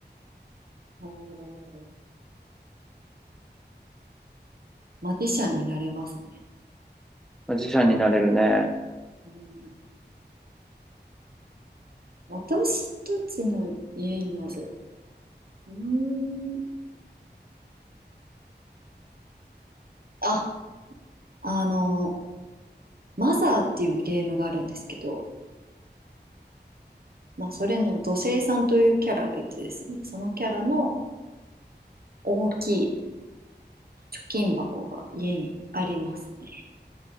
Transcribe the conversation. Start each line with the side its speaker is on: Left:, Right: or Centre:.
Right: おー、マジシャンになれますね。
Centre: 自社になれるね。
Right: うん。私たちの家にある、うーん。あ、あの、マザーっていうゲームがあるんですけど、まあ、それの土星さんというキャラがいてですね、そのキャラの大きい貯金箱が家にありますね。